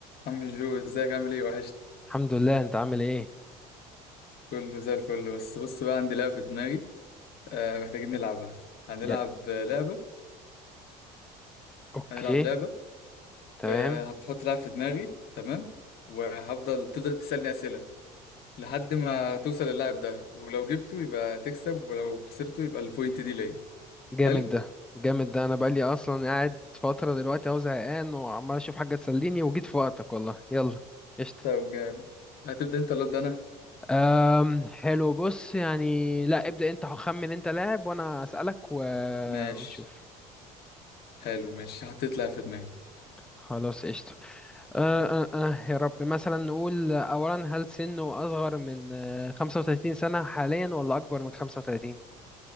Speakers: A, on the left (about 55°); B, in the centre.
A: عم جو ازيك عامل ايه وحشت
B: الحمد لله انت عامل ايه
A: كله زي الفل بس بص بقى عندي لعبة في دماغي آه محتاجين نلعبها هنلعب
B: يا
A: آه، لعبة
B: اوكي
A: هنلعب لعبة
B: تمام
A: آه هتحط لعب في دماغي تمام وهفضل تفضل تسألني أسئلة لحد ما توصل للاعب ده ولو جبته يبقى تكسب ولو خسرته يبقى البوينت دي ليا
B: جامد
A: حلو
B: ده جامد ده انا بقالي اصلا قاعد فتره دلوقتي اهو زهقان وعمال اشوف حاجه تسليني وجيت في وقتك والله يلا قشطه
A: طب جامد هتبدأ انت ولا أبدأ أنا
B: أم حلو بص يعني لا ابدا انت خمن انت لاعب وانا اسالك و...
A: ماشي
B: ونشوف
A: حلو ماشي حطيت لعب في دماغي
B: خلاص قشطه أه أه أه يا رب مثلا نقول اولا هل سنه اصغر من آه، 35 سنه حاليا ولا اكبر من 35